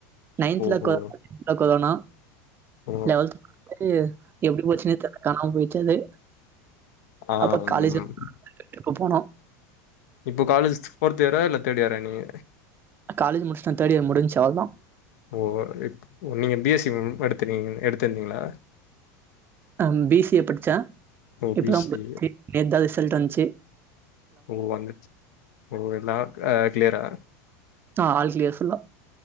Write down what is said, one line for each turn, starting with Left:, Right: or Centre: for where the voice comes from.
Right: நைன்த்துல
Left: ஓஹோ
Right: கொ <inaudible> அ கொரோனா
Left: ஓ
Right: லெவன்த்ல <inaudible> எப்டி போச்சுனே தெர்ல காணாம போயிட்ச்சு அது
Left: ஆ
Right: அப்ப காலேஜு
Left: ம்
Right: ட்ரிப்பு போனோ
Left: இப்ப காலேஜ் ஃபோர்த் இயரா இல்ல தேர்ட் இயரா நீங்க
Right: காலேஜு முடிச்ட்டே தேர்டு இயர் முடிஞ்சு அவ்ளதா
Left: ஓ இப் ஓ நீங்க பி எஸ் சி எடுத்தீங்க எடுத்துருந்தீங்ளா
Right: அ பி சி ஏ படிச்சே
Left: ஓ
Right: இப்பதா
Left: பி சி
Right: முடிஞ்ச்சு நேத்துதா ரிசல்ட் வந்ச்சு
Left: ஓ வந்துட்ச்சு ஓ எல்லா அ கிளியரா
Right: ஆ ஆல் கிளியர் ஃபுல்லா